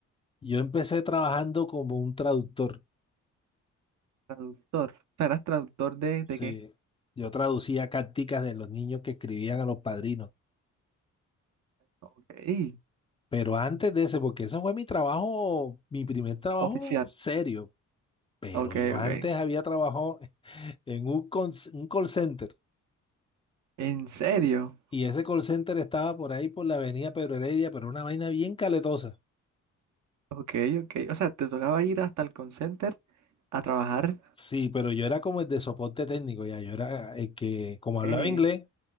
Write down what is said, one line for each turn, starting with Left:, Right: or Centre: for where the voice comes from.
Left: yo empecé trabajando como un traductor,
Right: Traductor. O sea, ¿eras traductor de,
Left: sí.
Right: de qué?
Left: Yo traducía carticas de los niños que escribían a los padrinos,
Right: Ok.
Left: pero antes de ese, porque ese fue mi trabajo, mi primer trabajo
Right: Oficial.
Left: serio, pero
Right: Ok,
Left: yo antes
Right: ok.
Left: había trabajado <laughs> en un, con- un call center
Right: ¿En serio?
Left: y ese call center estaba por ahí por la avenida Pedro Heredia, pero una vaina bien caletosa.
Right: Ok, ok. O sea, te tocaba ir hasta el call center a trabajar.
Left: Sí, pero yo era como el de soporte técnico, ya, yo era el que, como
Right: Eh,
Left: hablaba inglés,